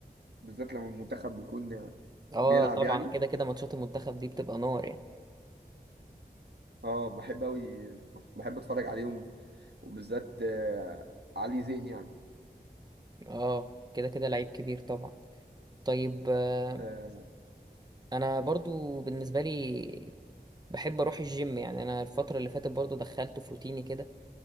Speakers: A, on the right; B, on the right.
A: بالذات لما المنتخب بيكون
B: اه
A: بيلعب
B: طبعا
A: يعني
B: كده كده ماتشات المنتخب دي بتبقى نار يعني
A: اه بحب قوي بحب اتفرج عليهم وبالذات آه، علي زين يعني
B: اه كده كده لعيب كبير طبعا طيب آه،
A: آه،
B: انا برضو بالنسبه لي بحب اروح الجيم يعني انا الفتره اللي فاتت برضو دخلته في روتيني كده